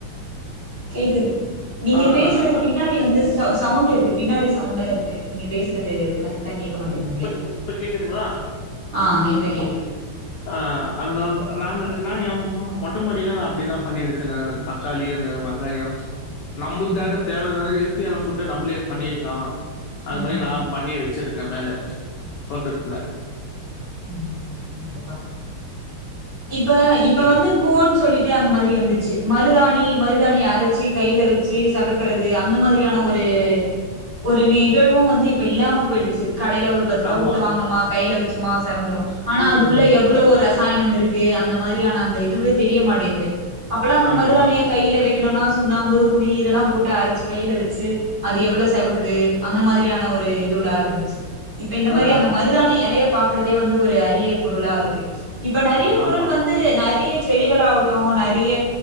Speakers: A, on the right (about 40°); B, on the left (about 85°).
A: கேக்குது நீங்க
B: ஆ
A: பேசுறது
B: அ
A: பின்னாடி வந்து ஸ் சவு சவுண்ட் இருக்கு பின்னாடி சவுண்டாருக்கு நீங்க பேசுறது கரெக்ட் ட்டா கேட்க மாட்டுங்குதுலே
B: இப்ப இப்ப கேக்குதுங்களா
A: ஆ இப்ப கேக்குது
B: ஆ அதுனால்தா நா நாங்க நா எம் மொட்டைமாடியில நா அப்டி தா பண்ணி வெச்ச நா தக்காளி அந்த வங்காயம் நம்ளுக்காக
A: ம்
B: தேவயானது எல் தேவன ஃபுட்ட நம்மளே பண்ணியிருக்கா அது மாரி
A: ம்
B: நா பண்ணிவச் ச்சிருக்க மேல போட்டுட்ல
A: ம் உங்கதா இப்ப இப்ப
B: ம்
A: வந்து கோன் சொல்லிட் அந்த மாதிரி வந்துச்சு மருதாணி மருதாணி அரச்சு கைல வெச்சு செவக் க்கிறது அந்த மாரியான ஒரு ஒரு நெகழ்வூ வந்து இப்ப இல்லாம போயிடுச்சு கடைல ஒரு பத்து ரூவா
B: ஆமா
A: குத்து வாங்கணுமா கைல வச்சுக் து மாஸ் செவந்துறோ ஆனா
B: ம்
A: அது உள்ள எவ்ளோ ரஸ் சாயனம் இருக்கு அந்த மாதிரியான அந்த இதுவே தெரிய மாட்டேந்து அப்பல்லா அந்த
B: ஆமா
A: மருதாணிய கையில வெக்கிணோன்னா சுண்ணாம்பு புளி இதெல்லாம் போட்டு அரைச்சு கையில வச்சு அது எவ்வளவு செவக்குது அந்த மாரி ரியான ஒரு இதுலா இருந்துச்சு இப்ப இந்த மாரி
B: ஆ
A: அந்த மருதாணி எலையப் க்குறதே வந்து ஒரு அரிய பொருளாருக்கு. இப்ப நறைய பொருள்
B: ஆமா
A: வந்து நறைய செடிகலாவட்டும் நறிய